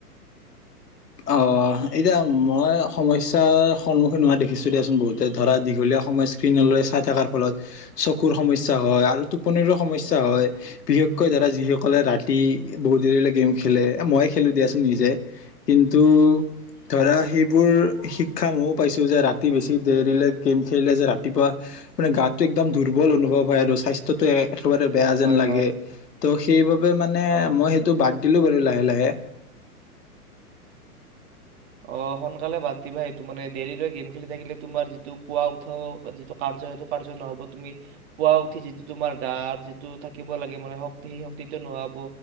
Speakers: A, on the left; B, on the right.
A: আহ এতিয়া মই সমস্যা সন্মুখীন হোৱা দেখিছো দিয়াচোন বহুতে ধৰা দীঘলীয়া সময় স্ক্ৰীনলৈ চাই থকাৰ ফলত চকুৰ সমস্যা হয় আৰু টোপনি সমস্যা হয়। বিশেষকৈ ধৰা যিসকলে ৰাতি বহুত দেৰিলৈ গেম খেলে মইে খেলো দিয়াচোন নিজে। কিন্তু ধৰা সেইবোৰ শিক্ষা ময়ো পাইছো যে ৰাতি বেছি দেৰিলে গেম খেলিলে যে ৰাতিপুৱা মানে গাটো একদম দুৰ্বল অনুভৱ হয় আৰু স্বাস্থ্যটো একেবাৰে বেয়া
B: হয়
A: যেন লাগে
B: হয়
A: ত সেইবাবে মানে
B: অ
A: মই সেইটো বাত দিলোঁ বাৰু লাহে লাহে
B: অ সোনকালে বাদ দিবা সেইটো মানে দেৰিলৈ গেম খেলি থাকিলে তোমাৰ যিটো পুৱা উঠা যিটো কাৰ্য সেইটো কাৰ্য নহ'ব তুমি পুৱা উঠি যিটো তোমাৰ গাৰ যিটো থাকিব লাগে মানে শক্তি সেই শক্তিটো নোহোৱিব